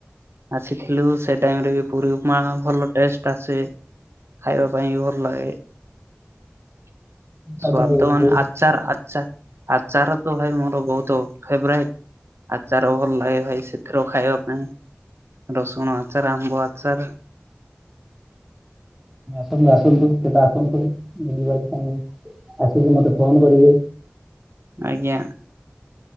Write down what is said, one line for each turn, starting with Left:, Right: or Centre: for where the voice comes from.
Right: ଆସିଥିଲୁ, ସେ ଟାଇମ ରେ ବି ପୁରୀ ଉପମା ଭଲ ଟେଷ୍ଟ ଆସେ ଖାଇବା ପାଇଁ ବି ଭଲ ଲାଗେ। ସ୍ୱାଦ
Centre: ଆଉ ଥରେ
Right: ମାନେ
Centre: ବହୁତ
Right: ଆଚାର। ଆଚାର ତ ଭାଇ ମୋର ବହୁତ ଫେବରାଇଟ ଆଚାର ଭଲ ଲାଗେ ଭାଇ ସେଥିର ଖାଇବା ପାଇଁ ରସୁଣ ଆଚାର, ଆମ୍ବ ଆଚାର
Centre: ଆସନ୍ତୁ, ଆସନ୍ତୁ, କେବେ ଆସନ୍ତୁ, ବୁଲିବାପାଇଁ ଆସିକି ମତେ ଫୋନ କରିବେ
Right: ଆଜ୍ଞା।